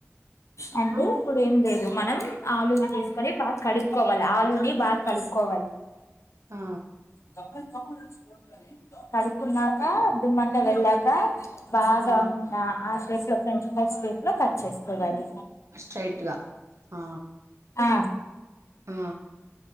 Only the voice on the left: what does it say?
ష్ అంటూ
ఇప్పుడు ఏం లేదు మనం ఆలూని తీసుకొని బాగా కడుక్కోవాలి ఆలూని బాగా కడుక్కోవాలి
<inaudible> కడుకున్నాక దుమ్మంతా వెళ్ళాక బాగా
ఉ ఆ వేస్తా ఫ్రెంచ్ ఫ్రైస్ షేప్ లో కట్ చేసుకోవాలి
ఆ